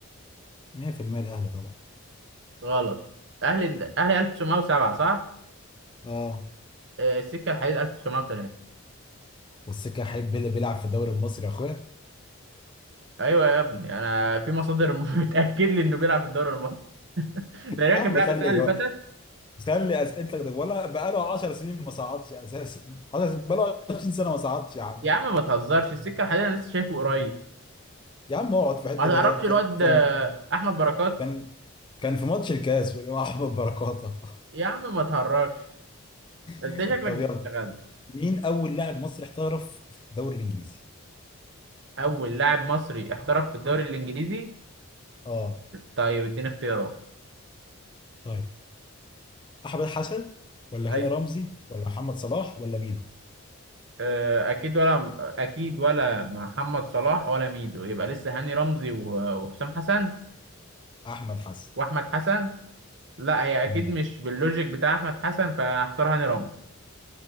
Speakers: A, on the left; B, on the right.
A: 100% الأهلي طبعا
B: غلط اهلي اهلي 1907 صح
A: اه
B: أه... السكه الحديد 1903
A: والسكة حبيب بيلي بيلعب في الدوري المصري يا اخويا
B: ايوه يا ابني انا في مصادر <laughs> بتاكد لي انه بيلعب في الدوري المصري <laughs> تقريبا
A: يا عم
B: كان بيلعب
A: خلي
B: السنه اللي
A: جو...
B: فاتت
A: خلي اسئلتك ده ولا بقاله 10 سنين ما صعدش اساسا 10 سنين بقاله 20 سنة ما صعدش يا عم
B: يا عم ما تهزرش السكه الحديد انا لسه شايفه قريب
A: يا عم اقعد في حتة
B: ما تعرفش
A: ده ك-
B: الواد
A: ك- كان
B: آه، احمد بركات
A: كان كان في ماتش الكاس مع احمد بركاته
B: يا عم ما تهرجش انت
A: <laughs>
B: شكلك
A: طب
B: بتشتغل
A: يلا مين اول لاعب مصري احترف في الدوري الانجليزي
B: اول لاعب مصري احترف في الدوري الانجليزي
A: اه
B: طيب اديني اختيارات
A: طيب احمد حسن ولا
B: اي
A: هاني رمزي ولا محمد صلاح ولا ميدو
B: اه، اكيد ولا اكيد ولا محمد صلاح ولا ميدو يبقى لسه هاني رمزي و- وحسام حسن
A: احمد حسن
B: واحمد حسن لا هي اكيد
A: امم
B: مش باللوجيك بتاع احمد حسن فهختار هاني رمزي